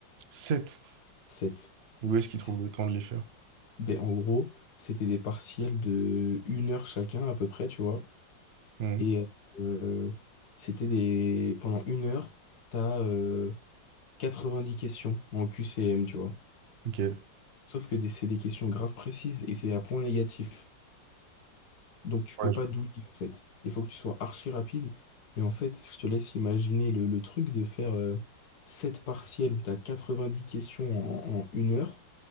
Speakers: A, on the right; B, on the left.
A: 7.
B: Sept.
A: Où est-ce qu'il
B: C'est-
A: trouve le temps de les faire?
B: Ben, en gros, c'était des partiels de une heure chacun à peu près, tu vois.
A: Hmm.
B: Et euh, c'était des... Pendant une heure, t'as euh, 90 questions en QCM, tu vois.
A: Ok.
B: Sauf que des- c'est des questions graves précises et c'est à point négatif. Donc tu
A: Ouais,
B: peux pas douiller, en fait. Il faut que tu sois archi rapide. Et en fait, je te laisse imaginer le, le truc de faire euh, 7 partiels où t'as 90 questions en, en une heure.